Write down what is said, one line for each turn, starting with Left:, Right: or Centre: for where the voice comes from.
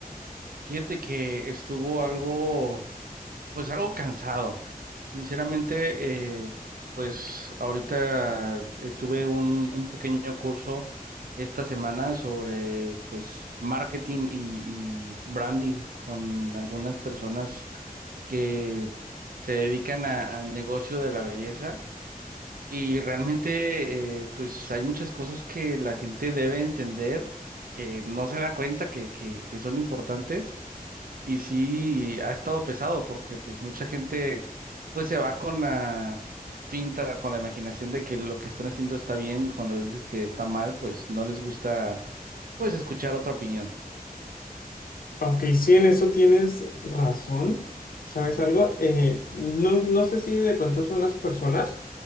Right: Fíjate que estuvo algo, pues algo cansado. Sinceramente, eh, pues ahorita estuve un, un pequeño curso esta semana sobre, pues, marketing y, y branding con algunas personas que se dedican a- al negocio de la belleza. Y realmente, eh, pues hay muchas cosas que la gente debe entender, que no se da cuenta que, que, que son importantes. Y sí, ha estado pesado porque pues mucha gente pues se va con la finta, con la imaginación de que lo que están haciendo está bien y cuando les dices que está mal, pues no les gusta pues escuchar otra opinión.
Left: Ok, sí, en eso tienes razón. ¿Sabes algo? Eh, no, no sé si de pronto son las personas